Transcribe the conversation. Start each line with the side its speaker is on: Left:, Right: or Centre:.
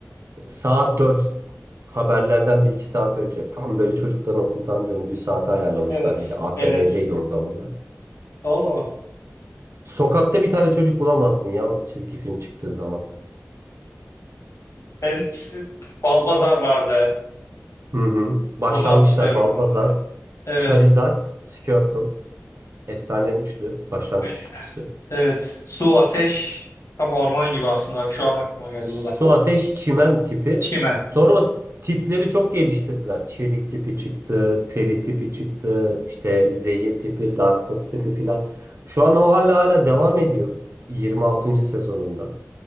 Right: Saat dört Haberlerden bir iki saat önce. Tam böyle çocukların okuldan döndüğü saate ayarlamışlar.
Left: Evet,
Right: Bir de ATV'deydi
Left: evet.
Right: o zaman da.
Left: Oo.
Right: Sokakta bir tane çocuk bulamazdın ya o çizgi film çıktığı zaman.
Left: Ben Balbazar vardı.
Right: Hı hı. Başlangıçlar
Left: Onu hatırlıyorum
Right: Balbazar,
Left: onda böyle. Evet.
Right: Charizard, Squirtle. Efsane üçlü. Başlangıç
Left: Üçlü.
Right: üçlüsü.
Left: Evet. Su, ateş. Tam orman gibi aslında. Bak şu an aklıma geldi
Right: Su,
Left: bu da.
Right: ateş, çimen tipi.
Left: Çimen.
Right: Sonra o tipleri çok geliştirdiler. Çelik tipi çıktı, peri tipi çıktı, işte zehir tipi, darkness tipi filan. Şu an o hala hala devam ediyor. 26. sezonunda.